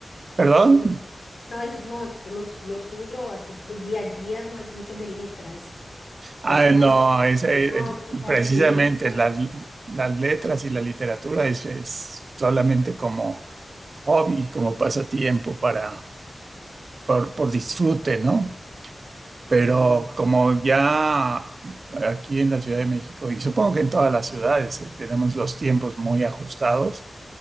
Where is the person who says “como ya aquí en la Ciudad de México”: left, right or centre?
Right